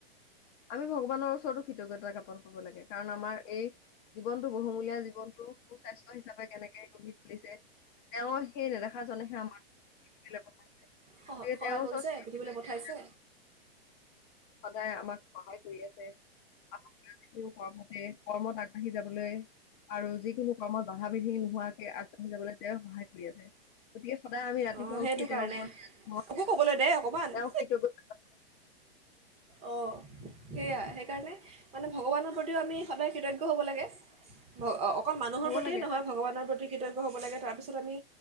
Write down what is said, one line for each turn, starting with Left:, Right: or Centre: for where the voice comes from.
Left: আমি ভগৱানৰ ওচৰতো কৃতজ্ঞতা জ্ঞাপন কৰিব লাগে, কাৰণ আমাৰ এই জীৱনটো, বহুমূলীয়া জীৱনটো সু-স্বাস্থ্য হিচাপে কেনেকে গঢ়ি তুলিছে। তেওঁ সেই নেদেখাজনেহে আমাক পৃথিৱীলৈ পঠাইছে,
Right: সহ
Left: গতিকে
Right: সহায়
Left: তেওঁৰ
Right: কৰিছে
Left: ওচৰত চিৰকৃতজ্ঞ
Right: পৃথিৱীলৈ পঠাইছে
Left: সদায় আমাক সহায় কৰি আছে, আৰু যিটো কৰ্মতে, কৰ্মত আগবাঢ়ি যাবলৈ আৰু যি কোনো কৰ্মত বাধা বিঘিনি নোহোৱাকৈ আগবাঢ়ি যাবলৈ তেওঁ সহায় কৰি আছে, গতিকে সদায় আমি ৰাতিপুৱা
Right: অঁ সেইটো
Left: উঠিয় তেওঁৰ
Right: কাৰণে
Left: ওপৰত,
Right: মোকো ক'বলৈ দে অকণমান
Left: তেওঁ কৃতজ্ঞতা
Right: অ' সেইয়া, সেইকাৰণে মানে ভগৱানৰ প্ৰতিও আমি সদায় কৃতজ্ঞ হ'ব লাগে। অকল মানুহৰ
Left: হ'ব
Right: প্ৰতিয়ে
Left: লাগে
Right: নহয় ভগৱাৰ প্ৰতি প্ৰতি কৃতজ্ঞ হ'ব লাগে, তাৰপিছত আমি